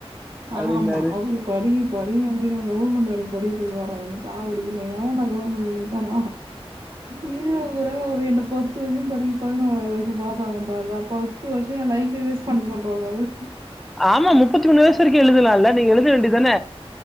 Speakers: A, on the right; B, in the centre.
A: ஆமா
B: அப்டின்னாரு.
A: அவுரு படி படி உயிரங்க கவர்மெண்ட் வேலைக்கு படிக்க சொல்லுவா என்ன சாவடிக்கணு எவன்டா கவர்மெண்ட் வேலைக்கு தர்றா இருக்கற பூரா அவர் என்ன பத்து வருஷோ படி பதினோராவது வருஷோ பாஸ் ஆவன்றார்டா பத்து வருஷோ என் லைஃபே வேஸ்ட் பண்ண சொல்றாரு அவுரு
B: ஆமா முப்பத்தி மூணு வயசு வரிக்கு எழுதலால்ல நீங்க எழுத வேண்டிதான